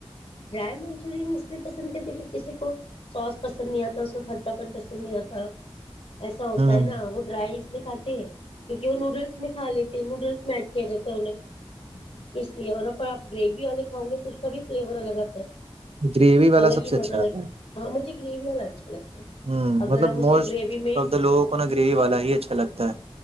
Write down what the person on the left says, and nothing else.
ڈرائی منچورین اس لیے پسند کرتی کی کسی کو سوس پسند نہیں آتا اس کو کھٹا پن پسند نہیں آتا ایسا ہوتا ہے
نا وہ ڈرائگ کاتے ہیں کیونک وہ نوڈلس میں کا لیتے ہیں نوڈلس میچ کیا جاتا ہے انہیں اس لیے اور ا آپ گریوی والے کاؤ گے تو اس کا بھی فلیور الگ <inaudible>
الگ
ہی
مزہ لگتا
ہاں مجھے گریوی وال الج کل ہے
اگر
ہم اسی
گریوی میں